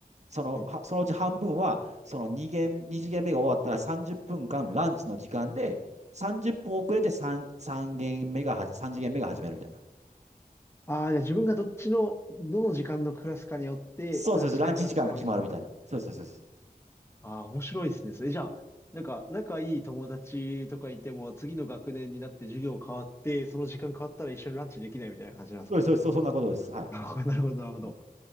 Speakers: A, on the right; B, on the left.
A: その、
B: はい。
A: はそのうち半分は、その2限、2次元目が終わったら30分間ランチの時間で、30分遅れて3、三限目がは、3次元目が始めるみたいな。
B: ああ、じゃあ自分がどっちの、どの時間のクラスかによって、
A: そうそうそう、
B: ランチタイムが変わるんですね。
A: ランチ時間が決まるみたいな。そうそうそうそう。
B: ああ、面白いですね。それじゃあ、なんか、仲いい友達とかいても、次の学年になって授業変わって、その時間変わったら一緒にランチできないみたいな感じなんですか
A: そうですそうです、そんなことです。はい。
B: なるほど、なるほど、なるほど。
A: うん